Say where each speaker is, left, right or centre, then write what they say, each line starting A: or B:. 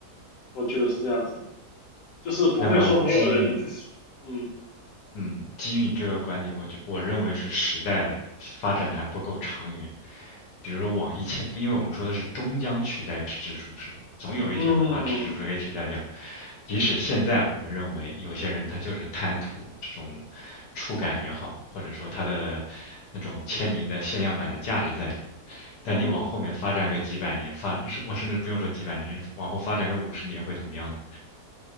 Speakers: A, on the left; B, on the left.
A: 我觉得是这样子的，就是不会说没有人去，
B: 那么基于
A: 嗯
B: 嗯，基于你这个观点，我觉我认为是时代发展的还不够长远。比如说往一千，因为我们说的是终将取代纸质书，是不是？总有一天会把纸质书给取代掉。
A: 嗯
B: 即使现在我们认为有些人他就是贪图这种触感也好，或者说他的那种签名的限量版的价值在里面。但你往后面发展个几百年，
A: 嗯。嗯
B: 发，是我甚至不用说几百年，往后发展个五十年会怎么样呢